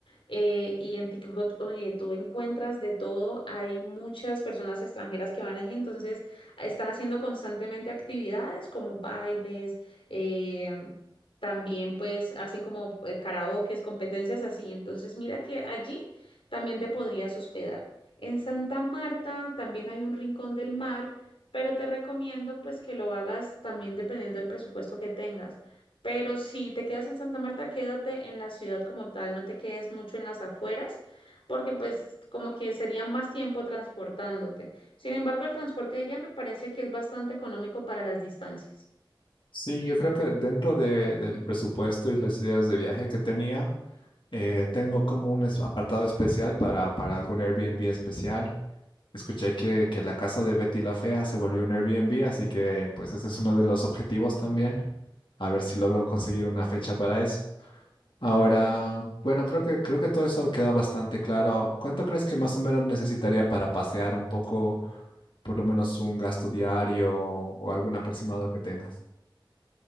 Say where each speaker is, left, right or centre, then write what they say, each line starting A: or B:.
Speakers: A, on the left; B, on the left.
A: Eh, y en Tiki Hot, oye, tú encuentras de todo. Hay muchas personas extranjeras que van allí, entonces están haciendo constantemente actividades como bailes, eh, también pues hacen como eh, karaokes, competencias así. Entonces mira que allí también te podrías hospedar. En Santa Marta también hay un rincón del mar, pero te recomiendo pues que lo hagas también dependiendo del presupuesto que tengas. Pero si te quedas en Santa Marta, quédate en la ciudad como tal, no te quedes mucho en las afueras, porque pues como que sería más tiempo transportándote. Sin embargo, el transporte allá me parece que es bastante económico para las distancias.
B: Sí, yo creo que dentro de- del presupuesto y las ideas de viaje que tenía, eh, tengo como un es- apartado especial para, para algún Airbnb especial. Escuché que, que la casa de Betty la Fea se volvió un Airbnb, así que pues ese es uno de los objetivos también. A ver si logro conseguir una fecha para eso. Ahora, bueno, creo que, creo que todo eso queda bastante claro. ¿Cuánto crees que más o menos necesitaría para pasear un poco, por lo menos un gasto diario o algún aproximado que tengas?